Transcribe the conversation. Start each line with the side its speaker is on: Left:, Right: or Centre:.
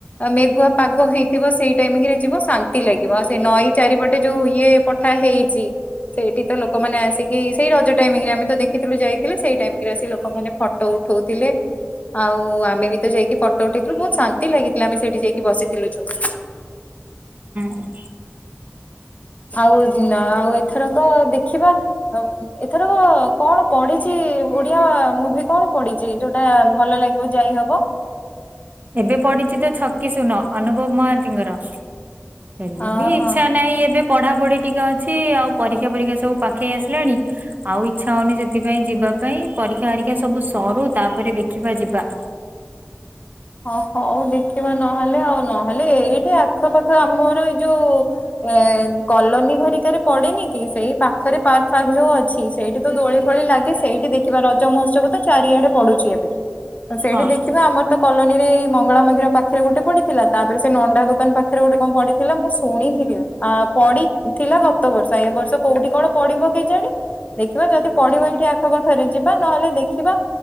Left: ମେଘୁଆ ପାଗ ହେଇଥିବ ସେଇ ଟାଇମରେ ଯିବ ଶାନ୍ତି ଲାଗିବ। ଆଉ ସେ ନଈ ଚାରିପଟେ ଯୋଉ ଇଏ ପଠା ହେଇଛି। ସେଇଠି ତ ଲୋକମାନେ ଆସିକି ସେଇ ରଜ ଟାଇମି ରେ ଆମେ ତ ଦେଖିଥିଲୁ ଯାଇଥିଲେ ସେଇ ଟାଇମ ରେ ଆସିି ଲୋକମାନେ ଫଟୋ ଉଠ ଉଠଉଥିଲେ। ଆଉ ଆମେ ବି ତ ଯାଇକି ଫଟୋ ଉଠେଇଥିଲୁ ବହୁତ ଶାନ୍ତି ଲାଗିଥିଲା ଆମେ ସେଇଠି ଯାଇକି ବସିଥିଲୁ ଯୋଉ।
Right: ହୁଁ।
Left: ଆଉ ଆଉ ଏଥର କ ଦେଖିବା ଏଥର କଣ ପଢିଛି ଓଡିଆ ମୁଭି କଣ ପଢିଛି ଯୋଉଟା ଭଲ ଲାଗିବ ଯାଇ ହବ?
Right: ଏବେ ପଡିଛି ତ ଛକି ଶୂନ ଅନୁଭବ ମହାନ୍ତିଙ୍କର। ହେଲେ
Left: ଅ
Right: ବି ଇଚ୍ଛା
Left: ହଁ
Right: ନାହିଁ ଏବେ। ପଢା ପଢି ଟିକେ ଅଛି ଆଉ ପରୀକ୍ଷା ପରୀକ୍ଷା ସବୁ ପାଖେଇ ଆସିଲାଣି। ଆଉ ଇଚ୍ଛା ହଉନି ସେଥିପାଇଁ ଯିବା ପାଇଁ ପରୀକ୍ଷା ଆରକ୍ଷା ସବୁ ସରୁ ତାପରେ ଦେଖିବା ଯିବା।
Left: ଓ ହୋଉ ଦେଖିବା ନହେଲେ ଆଉ ନହେଲେ ଏଇଠି ଆଖପାଖ ଆମର ଏଇ ଯୋଉ ଏ କଲୋନୀ ଘରିକାରେ ପଡେନି କି ସେଇ ପାଖରେ ପାର୍କ ଫାର୍କ ଯୋଉ ଅ ଅଛି, ସେଇଠି ତ ଦୋଳି ଫୋଳି ଲାଗେ ସେଇଠି ଦେଖିବା ରଜ ମହୋତ୍ସବ ତ ଚାରିଆଡେ ପଡୁଛି ଏବେ। ସେଇଠି
Right: ହଁ
Left: ଦେଖିବା ଆମ କଲୋନୀରେ ଏଇ ମଙ୍ଗଳା ମନ୍ଦିର ପାଖରେ ଗୋଟେ ପଡିଥିଲା ତାପରେ ସେ ନଣ୍ଡା ଦୋକାନ ପାଖରେ ଗୋଟେ କଣ ପଡିଥିଲା ମୁଁ ଶୁଣିଥିଲି। ଆ ପଡିଥିଲା ଗତ ବର୍ଷ ଏ ବର୍ଷ କୋଉଠି କଣ ପଡିବ କେଜାଣି? ଦେଖିବା ଯଦି ପଢିବ ଏଇଠି ଆଖପାଖରେ ଯିବା ନହେଲେ ଦେଖିବା।